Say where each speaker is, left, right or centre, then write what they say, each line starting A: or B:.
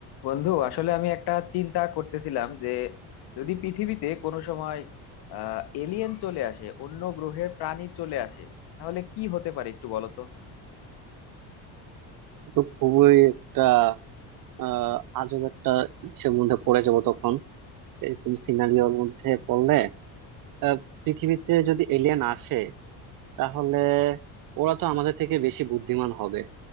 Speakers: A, on the left; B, on the right.
A: বন্ধু আসলে আমি একটা চিন্তা করতেছিলাম যে যদি পৃথিবীতে কোনো সময় আহ এলিয়েন চলে আসে অন্য গ্রহের প্রাণী চলে আসে তাহলে কি হতে পারে একটু বলো তো
B: তো খুবই একটা আহ আজব একটা ইসের মধ্যে পড়ে যাবো তখন এরকম সিনারিওর মধ্যে পড়লে আহ, পৃথিবীতে যদি এলিয়েন আসে তাহলে ওরা তো আমাদের থেকে বেশি বুদ্ধিমান হবে